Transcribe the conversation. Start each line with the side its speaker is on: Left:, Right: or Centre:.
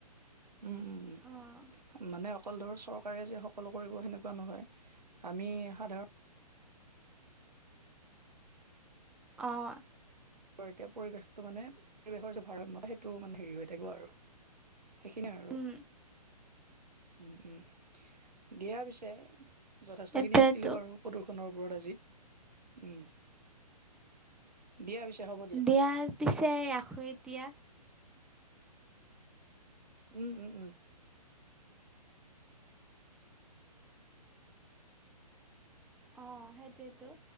Right: উম, উম, উম।
Centre: অঁ
Right: মানে অকল ধৰ চৰকাৰে যে সকলো কৰিব সেনেকুৱা নহয়, আমি সাধাৰণ
Centre: অঁ।
Right: আৰু এতিয়া পৰিৱেশটো মানে, পৰিৱেশৰ যে ভাৰসাম্য সেইটো মানে হেৰি হৈ থাকিব আৰু। সেইখিনিয়ে আৰু।
Centre: উম
Right: উম, উম, দিয়া পিছে, যথেষ্টখিনি
Centre: সেইটোৱেতো
Right: শিকিলো বাৰু। প্ৰদূষনৰ ওপৰত আজি, উম। দিয়া পিছে হ'ব।
Centre: দিয়া পিছে, ৰাখোঁ এতিয়া।
Right: উম, উম, উম।
Centre: অঁ, সেইটোৱেইতো।